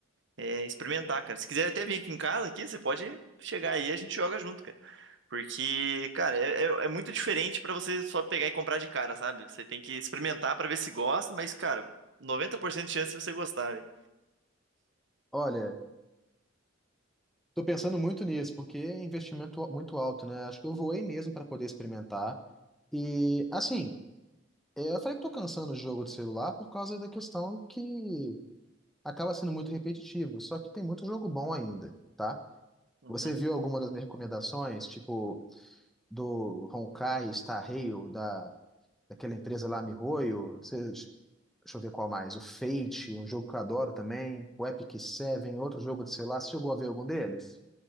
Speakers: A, on the right; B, in the centre.
A: é, experimentar, cara. Se quiser até vir aqui em casa, aqui, você pode chegar aí e a gente joga junto, cara. Porque, cara, é, é é muito diferente pra você só pegar e comprar de cara, sabe? Você tem que experimentar pra ver se gosta, mas, cara, 90% de chance de você gostar, velho.
B: olha, tô pensando muito nisso, porque é investimento al- muito alto, né? Acho que eu voei mesmo para poder experimentar. E, assim, é, eu falei que tô cansando do jogo de celular por causa da questão que acaba sendo muito repetitivo, só que tem muito jogo bom ainda, tá?
A: Uhum.
B: Você viu alguma das minhas recomendações, tipo do Honkai Star Rail, da, daquela empresa lá MiHoYo, Você, deixa eu ver qual mais, o Fate, um jogo que eu adoro também, o Epic Seven, outro jogo de celular, você chegou a ver algum deles?